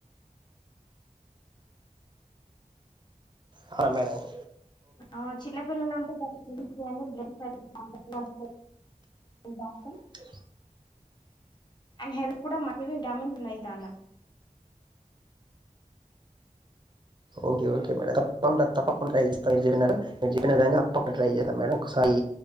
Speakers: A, on the right (about 35°); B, on the left (about 30°).
A: కార్ అమ్మేడన్
B: ఆ చిన్నపిల్లలంత దాని కిందికి పొండ్లు <unintelligible> సుజాత
A: అతే
B: అండ్ హెల్త్ కూడా మంచి విటమిన్స్ వున్నాయి దాంట్ల
A: ఓకే ఓకే మేడం తప్పకుండా తప్పకుండా ట్రై చేస్త <unintelligible> తప్పకుండా ట్రై చేస్తా ఒకసారి